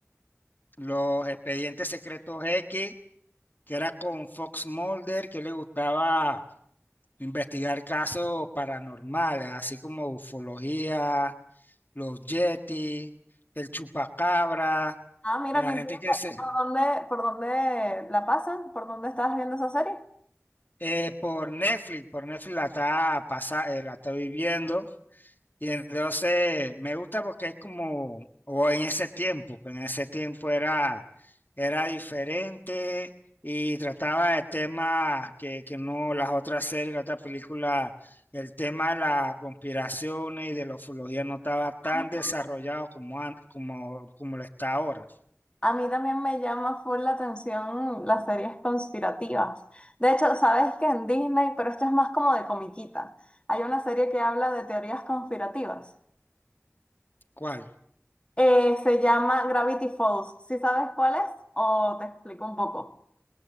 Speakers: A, on the left (about 40°); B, on the left (about 20°).
A: Los Expedientes Secretos X, que era con Fox Mulder, que le gustaba investigar casos paranormales, así como ufología, los Yeti, el chupacabra,
B: Ah, mira
A: la
B: qué interesante.
A: gente que se...
B: ¿Por dónde, por dónde la pasan? ¿Por dónde estás viendo esa serie?
A: eh, por Netflix, por Netflix la está, pasa- eh, la está viviendo Y entonces me gusta porque es como, o en ese tiempo, pues en ese tiempo era, era diferente y trataba de temas que, que no las otras series, las otras películas, el tema de las conspiraciones y de la ufología no estaba tan
B: A mí
A: desarrollado
B: tam-
A: como, an- como, como lo está ahora.
B: a mí también me llama full la atención las series conspirativas. De hecho, sabes que en Disney, pero esto es más como de comiquita, hay una serie que habla de teorías conspirativas.
A: ¿Cuál?
B: Eh, se llama Gravity Falls. ¿Sí sabes cuál es? O te explico un poco.